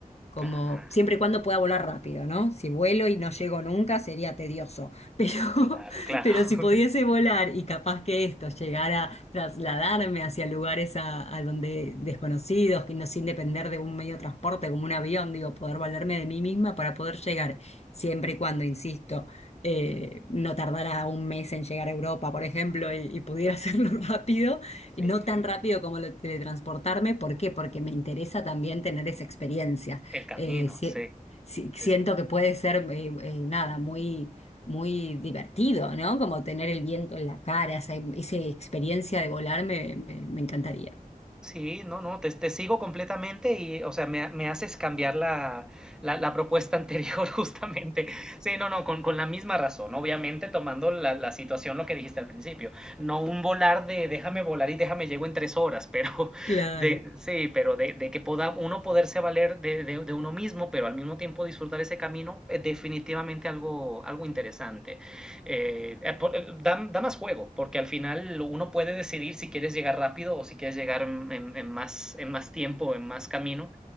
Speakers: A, on the left (about 50°); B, in the centre.
A: como
B: Ah,
A: siempre y cuando pueda volar rápido, ¿no? Si vuelo y no llego nunca sería tedioso, pero,
B: claro, claro.
A: <laughs> pero si pudiese
B: <laughs>
A: volar y capaz que esto llegara a trasladarme hacia lugares a, a donde desconocidos, que no sin depender de un medio de transporte como un avión, digo, poder valerme de mí misma para poder llegar, siempre y cuando, insisto, eh, no tardara un mes en llegar a Europa, por ejemplo, y, y pudiera <laughs> hacerlo rápido, y
B: Sí,
A: no tan rápido como lo de teletransportarme, ¿por qué? Porque me interesa también tener esa experiencia
B: el camino,
A: eh, si-
B: sí,
A: si-
B: sí,
A: siento
B: sí,
A: que puede ser, eh, eh, nada, muy, muy divertido, ¿no? Como tener el viento en la cara, esa, em, esa experiencia de volar me, me- me encantaría.
B: Sí, no, no, te, te sigo completamente y, o sea, me, me haces cambiar la, la, la propuesta anterior <laughs> justamente. Sí, no, no, con, con la misma razón, obviamente tomando la, la situación, lo que dijiste al principio. No un volar de déjame volar y déjame llego en tres horas, pero <laughs>
A: Claro,
B: de, sí, pero de, de que pueda uno poderse valer de, de, de uno mismo, pero al mismo tiempo disfrutar ese camino, es definitivamente algo, algo interesante eh, eh, por- eh, da, da más juego, porque al final uno puede decidir si quieres llegar rápido o si quieres llegar en, en- en más, en más tiempo, en más camino.